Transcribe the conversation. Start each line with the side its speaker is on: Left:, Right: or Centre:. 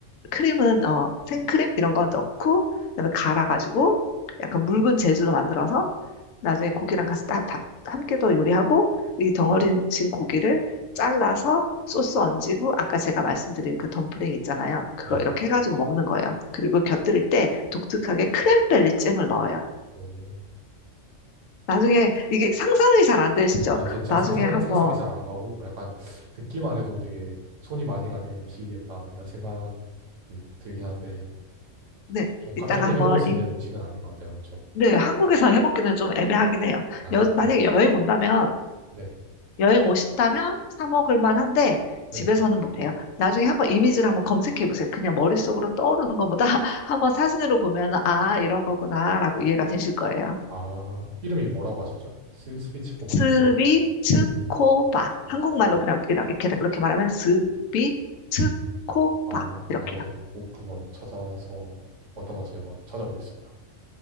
Left: 크림은 어, 생크림 이런 거 넣고 그다음에 갈아가지고 약간 묽은 재질로 만들어서 나중에 고기랑 같이 다, 다 함께 더 요리하고 이 덩어리진 고기를 잘라서 소스 얹이고 아까 제가 말씀드린 그 덤플링 있잖아요. 그거
Right: 네.
Left: 이렇게 해가지고 먹는 거예요. 그리고 곁들일 때 독특하게 크랜베리 잼을 넣어요.
Right: 오.
Left: 나중에 이게 상상이 잘 안 되시죠?
Right: 아, 진짜
Left: 나중에
Right: 상상,
Left: 한번
Right: 상상이 잘 안 가고 약간 듣기만 해도 되게 손이 많이 가는 음식이겠다 이런 생각 들긴 하는데
Left: 네
Right: 좀
Left: 이따가
Right: 간편히
Left: 한번
Right: 해 먹을 수
Left: 이,
Right: 있는 음식은 아닌 것 같아요. 그렇죠?
Left: 네 한국에서 해먹기는 좀 애매하긴 해요.
Right: 아,
Left: 여,
Right: 또,
Left: 만약에 여행 온다면
Right: 네,
Left: 여행 오신다면 사 먹을 만한데
Right: 네.
Left: 집에서는 못해요. 나중에 한번 이미지를 한번 검색해 보세요. 그냥 머릿속으로 떠오르는 것보다 <laughs> 한번 사진으로 보면은 아, 이런 거구나라고 이해가 되실 거예요.
Right: 아, 이름이 뭐라고 하셨죠? 스, 스비치코바?
Left: 스비츠코바.
Right: 스비치코바.
Left: 한국말로 그냥 이렇게 이렇게 말하면 스비츠코바
Right: 아,
Left: 이렇게요.
Right: 아, 네, 꼭 한번 찾아서 어떤 건지 한번 찾아보겠습니다.